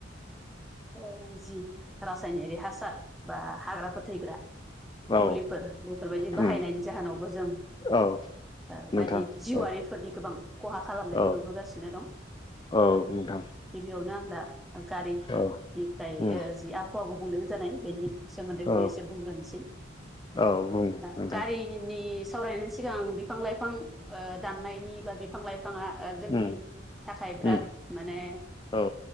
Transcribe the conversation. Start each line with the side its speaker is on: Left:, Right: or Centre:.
Centre: ओ जि रासायनारि हासार बा हाग्रा फोथैग्रा
Left: औ
Centre: मुलिफोर बेफोरबायदि
Left: उम
Centre: बाहायनायनि जाहोनावबो जों
Left: औ
Centre: ओ
Left: नोंथां
Centre: बायदि जिउआरिफोरनि
Left: औ
Centre: गोबां खहा खालामनायखौ
Left: औ
Centre: नुबोगासिनो दं
Left: औ नोंथां
Centre: गिबियावनो आं दा गारिनिफ्राइ
Left: औ उम
Centre: ओ जि आबहावा गुबुंग्ले जानाय बेनि सोमोन्दैखौनो
Left: औ
Centre: एसे बुंग्रोनोसै
Left: औ बुं
Centre: ओ
Left: नोंथां
Centre: गारिनि सावरायनायनि सिगां बिफां लाइफां ओ दाननायनि बा बि फां लाइफांआ ओ जोंनि
Left: उम
Centre: थाखाय बिराद
Left: उम
Centre: माने
Left: औ